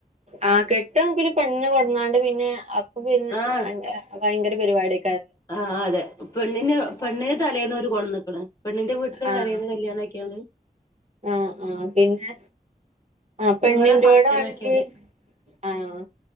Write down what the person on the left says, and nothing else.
ആഹ്
ആഹ് അതേ പെണ്ണിന് പെണ്ണിനെ തലേന്ന് അവര് കൊണ്ട്ന്നേക്കണ് പെണ്ണിന്റെ വീട്ടില്
തലേന്ന് കല്യാണം ആക്കിയാണ്
പിന്നെ
ഇവിടെ ഫംഗ്ഷൻ
ആക്കിയാണ്ട്